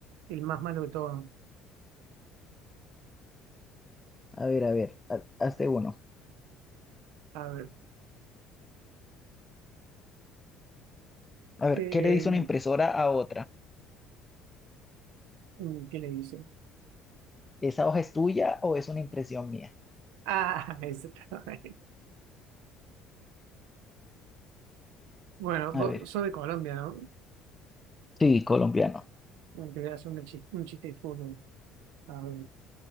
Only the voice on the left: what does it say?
A ver, a ver. ha- Hazte uno.
A ver,
¿qué le dice una impresora a otra?
¿Esa hoja es tuya o es una impresión mía?
A
ver.
Sí, colombiano.